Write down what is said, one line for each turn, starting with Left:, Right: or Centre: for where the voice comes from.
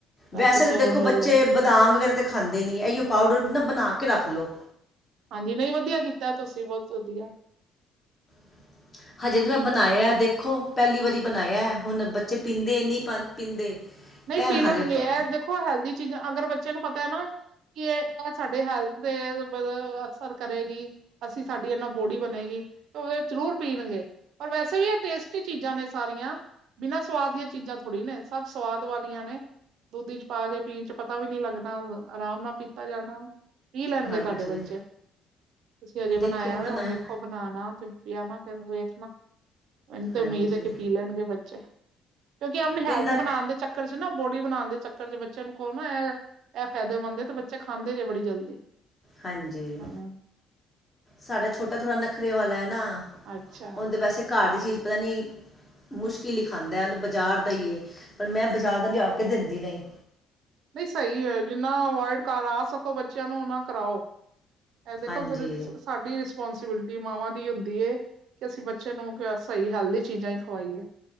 Right: ਰਾਤੀ
Left: ਵੈਸੇ
Right: ਸੌਣ
Left: ਤੇ ਦੇਖੋ ਬੱਚੇ
Right: ਵੇਲੇ
Left: ਬਦਾਮ ਵਗੈਰਾ ਤਾਂ ਖਾਂਦੇ ਨਹੀਂ ਇਹੀਓ ਪਾਊਡਰ ਨਾ ਬਣਾ ਕੇ ਰੱਖ ਲੋ
Right: ਹਾਂਜੀ ਨਹੀਂ ਵਧੀਆ ਕੀਤਾ ਤੁਸੀਂ ਬਹੁਤ ਵਧੀਆ,
Left: ਹ <unintelligible> ਹਜੇ ਤੇ ਮੈਂ ਬਣਾਇਆ ਦੇਖੋ ਪਹਿਲੀ ਵਾਰੀ ਬਣਾਇਆ ਹੁਣ ਬੱਚੇ ਪੀਂਦੇ ਨਹੀਂ ਪੀਂਦੇ
Right: ਨਹੀਂ
Left: ਇਹ
Right: ਪੀ ਲੈਣਗੇ,
Left: ਹਾਲੇ ਪ-
Right: ਇਹ ਦੇਖੋ ਹੈਲਦੀ ਚੀਜ਼ਾਂ ਅਗਰ ਬੱਚੇ ਨੂੰ ਪਤਾ, ਪਰ ਤਾਂ ਨਾ ਕਿ ਇਹ ਇਹ ਸਾਡੇ ਹੈਲਥ ਦੇ ਮਤਲਬ ਅਸਰ ਕਰੇਗੀ ਅਸੀਂ ਸਾਡੀ ਇਹਦੇ ਨਾਲ ਬੋਡੀ ਬਣੇਗੀ ਤੇ ਉਹਦੇ ਜ਼ਰੂਰ ਪੀਣਗੇ ਪਰ ਵੈਸੇ ਵੀ ਇਹ ਟੇਸਟੀ ਚੀਜ਼ਾਂ ਨੇ ਸਾਰੀਆਂ, ਬਿਨਾਂ ਸਵਾਦ ਦੀਆਂ ਚੀਜ਼ਾਂ ਥੋੜ੍ਹੀ ਨੇ ਸਭ, ਸਵਾਦ ਵਾਲੀਆਂ ਨੇ ਦੁੱਧ ਚ ਪਾ ਕੇ ਪੀਣ ਚ ਪਤਾ ਵੀ ਨੀ ਲੱਗਣਾ ਆਰਾਮ ਨਾਲ ਪੀਤਾ ਜਾਣਾ। ਪੀ ਲੈਣਗੇ
Left: ਹਾਂਜੀ
Right: ਤੁਹਾਡੇ ਬੱਚੇ, ਤੁਸੀਂ ਹਜੇ
Left: ਦੇਖੋ
Right: ਬਣਾਆ
Left: ਬਣਾਏ
Right: ਹੋ ਹੁਣ ਵੇਖੋ ਬਣਾਣਾ ਤੇ ਪੀਆਣਾ ਫੇਰ ਵੇਖਣਾ ਉਹਨੂੰ ਤੇ
Left: ਹਾਂਜੀ
Right: ਉਮੀਦ ਹੈ, ਕਿ ਪੀ ਲੈਣਗੇ ਬੱਚੇ। ਕਿਉਂਕਿ ਆਪਣੀ
Left: ਕਹਿੰਦਾ
Right: ਹੈਲਥ ਬਣਾਉਣ ਦੇ ਚੱਕਰ ਚ ਨਾ ਬੋਡੀ ਬਣਾਉਣ ਦੇ ਚੱਕਰ ਚ, ਬੱਚਿਆਂ ਕੋਲ ਨਾ ਇਹ ਇਹ ਫਾਇਦੇਮੰਦ ਤੇ ਬੱਚੇ ਖਾਂਦੇ ਨੇ ਬੜੀ ਜਲਦੀ।
Left: ਹਾਂਜੀ,
Right: ਹਾਂ
Left: ਸਾਡਾ ਛੋਟਾ ਥੋੜ੍ਹਾ ਨਖਰੇ ਵਾਲਾ ਹੈ ਨਾ।
Right: ਅੱਛਾ
Left: ਓਨੁ ਤੇ ਵੈਸੇ ਘਰ ਦੀ ਚੀਜ਼ ਪਤਾ ਨੀ ਮੁਸ਼ਕਿਲ ਹੀ ਖਾਂਦਾ। ਉਹਨੂੰ ਬਾਜ਼ਾਰ ਦਾ ਹੀ ਏ ਪਰ ਮੈਂ ਬਾਜ਼ਾਰ ਦਾ ਲਿਆ ਕੇ ਦਿੰਦੀ ਨਹੀਂ।
Right: ਨਹੀਂ ਸਹੀ ਹੈ, ਜਿੰਨਾ ਅਵੋਇਡ ਕਰਾ ਸਕੋ ਬੱਚਿਆਂ ਨੂੰ ਓਨਾ ਕਰਾਓ। ਏ ਦੇਖੋ
Left: ਹਾਂਜੀ
Right: ਫਿਰ ਸਾਡੀ ਰਿਸਪੋਂਸੀਬਿਲਿਟੀ ਮਾਵਾਂ ਦੀ ਹੁੰਦੀ ਏ। ਕਿ ਅਸੀਂ ਬੱਚੇ ਨੂੰ ਸਹੀ ਹੈਲਦੀ ਚੀਜ਼ਾਂ ਹੀ ਖਵਾਈਏ।